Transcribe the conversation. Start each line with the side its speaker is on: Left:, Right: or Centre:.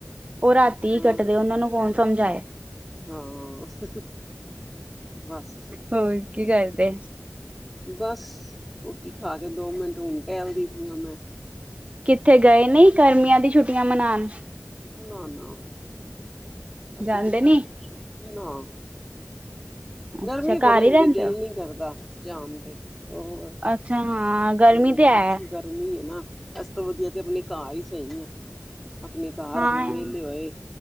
Right: ਉਹ ਰਾਤੀ
Centre: ਹਾਂ
Right: ਈ ਕੱਟਦੇ ਉਹਨਾਂ ਨੂੰ ਕੌਣ ਸਮਝ ਆਏ।
Centre: ਹਾਂ, ਬਸ
Right: ਹੋਰ ਕੀ ਕਰਦੇ
Centre: ਬਸ, ਰੋਟੀ ਖਾ ਕੇ ਦੋ ਮਿੰਟ ਹੁਣ ਢਹਿਲਦੀ ਪਈ ਆ ਮੈਂ।
Right: ਕਿੱਥੇ ਗਏ ਨੀ ਗਮੀਆਂ ਦੀ ਛੁੱਟੀਆਂ ਮਨਾਣ।
Centre: ਨਾ ਨਾ, ਅਸੀਂ
Right: ਜਾਂਦੇ
Centre: ਕਿੱਥੇ
Right: ਨੀ
Centre: ਜਾਣਾ ਨਾ।
Right: ਅੱਛਾ
Centre: ਗਰਮੀ ਬੜੀ
Right: ਘਰ ਹੀ
Centre: ਹੁੰਦੀ
Right: ਰਹਿੰਦੇ
Centre: ਦਿਲ
Right: ਹੋ
Centre: ਨੀ ਕਰਦਾ ਜਾਣ ਤੇ ਹੋਰ
Right: ਅੱਛਾ ਹਾਂ ਗਰਮੀ
Centre: ਹੂੰ
Right: ਤੇ ਹੈ
Centre: ਗਰਮੀ ਐ, ਨਾ ਅ ਤੇ ਆਪਣੇ ਘਰ ਈ ਸਹੀ ਆ। ਆਪਣੇ ਘਰ
Right: ਹਾਂ
Centre: ਆਪਣਾ ਵੇਹਲੇ ਹੋਏ